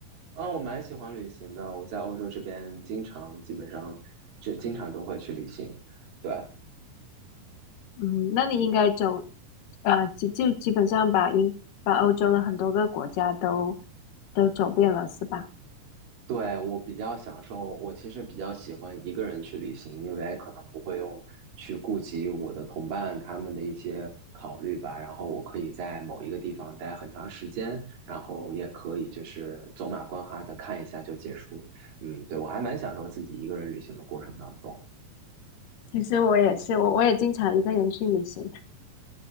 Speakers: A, on the right; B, on the left.
A: 嗯，我蛮喜欢旅行的。我在欧洲这边经常，基本上，就经常都会去旅行。对，
B: 嗯，那你应该走，呃，基就基本上把英把欧洲的很多个国家都都走遍了，是吧？
A: 对，我比较享受，我其实比较喜欢一个人去旅行，因为可能不会用去顾及我的同伴他们的一些考虑吧。然后我可以在某一个地方待很长时间，然后也可以就是走马观花的看一下就结束。嗯，对，我还蛮享受自己一个人旅行的过程当中。
B: 其实我也是，我我也经常一个人去旅行。